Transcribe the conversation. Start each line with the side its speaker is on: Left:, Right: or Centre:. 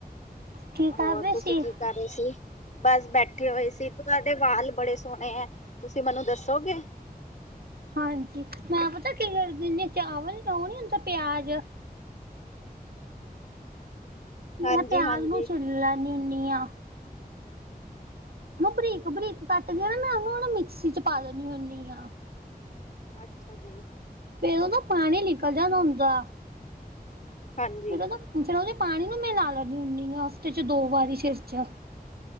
Right: ਕੀ
Left: ਹੋਰ
Right: ਕਰ ਰਹੇ
Left: ਤੁਸੀਂ
Right: ਸੀ
Left: ਕੀ ਕਰ ਰਹੇ ਸੀ? ਬਸ ਬੈਠੇ ਹੋਏ ਸੀ। ਤੁਹਾਡੇ ਵਾਲ ਬੜੇ ਸੋਹਣੇ ਹੈ, ਤੁਸੀਂ ਮੈਨੂੰ ਦੱਸੋਗੇ?
Right: ਹਾਂਜੀ ਮੈਂ ਪਤਾ ਕੀ ਕਰ ਦਦੀ ਚਾਵਲ ਲਓ, ਨੀ ਹੁੰਦਾ ਪਿਆਜ ਮੈਂ
Left: ਹਾਂਜੀ
Right: ਪਿਆਜ
Left: ਹਾਂਜੀ।
Right: ਨੂੰ ਛਿੱਲ ਲੈਂਦੀ ਹੁੰਦੀ ਹਾ ਬਰੀਕ ਬਰੀਕ ਕੱਟ ਕੇ ਨਾ ਮੈਂ ਮਿਕਸੀ ਚ ਪਾ ਲੇਦੀ ਹੁੰਦੀ ਆ।
Left: ਅੱਛਾ ਜੀ।
Right: ਫਿਰ ਉਹਦਾ ਪਾਣੀ ਨਿਕਲ ਜਾਂਦਾ ਹੁੰਦਾ ਫ
Left: ਹਾਂਜੀ।
Right: ਫੇਰ ਉਹਦੇ ਪਾਣੀ ਨੂੰ ਮੈਂ ਲਾ ਲੈਂਦੀ ਹੁੰਦੀ ਹਾ, ਹਫ਼ਤੇ ਚ ਦੋ ਵਾਰੀ ਸਿਰ ਚ